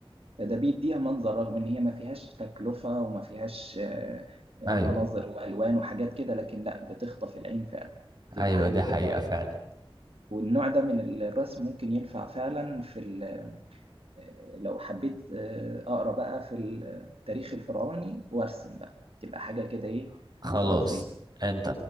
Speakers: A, on the right; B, on the right.
A: فده بيدّيها منظر رغم إن هي ما فيهاش تكلفة وما فيهاش آآ مناظر
B: ايوه
A: وألوان وحاجات كده، لكن لأ بتخطف العين فعلًا، بتبقى
B: ايوه
A: حاجة
B: دي
A: كده
B: حقيقة فعلا
A: والنوع ده من الرسم ممكن ينفع فعلًا في ال آآ لو حبيت آآ أقرا بقى في التاريخ الفرعوني وأرسم بقى، تبقى حاجة كده إيه،
B: خلاص
A: خرافية.
B: انت